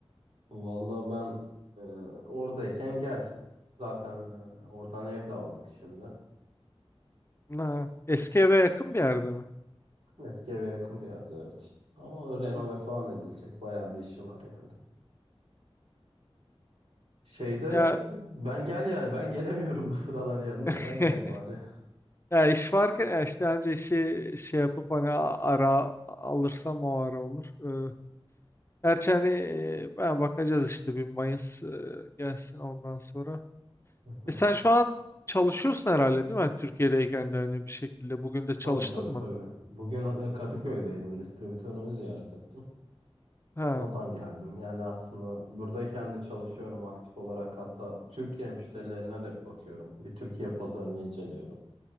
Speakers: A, on the right (about 80°); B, on the left (about 25°).
A: vallahi ben e, oradayken gel. Zaten e, oradan ev de aldık şimdi.
B: Ha, eski eve yakın bir yerde mi?
A: Eski eve yakın bir yerde evet. Ama o renove
B: Hı.
A: falan edilecek. Bayağı bir işi var yani. Şeyde
B: Ya
A: e, ben gel yani ben gelemiyorum <laughs> bu sıralar yanına
B: <laughs>
A: sen gel bari.
B: ya iş varken ya işte anca işi şey yapıp hani a- ara alırsam o ara olur. Ee, gerçi hani e, ben bakacağız işte bir Mayıs e, gelsin ondan sonra.
A: <laughs>
B: E sen şu an çalışıyorsun herhalde değil mi? Hani Türkiye'deyken de hani bir şekilde bugün de çalıştın
A: Tabii tabii
B: mı?
A: tabii. Bugün e, Kadıköy'deydim. Distribütörümü ziyaret ettim.
B: Ha.
A: Oradan geldim. Yani aslında buradayken de çalışıyorum aktif olarak. Hatta Türkiye müşterilerine de bir bakıyorum. Bir Türkiye pazarını inceliyorum.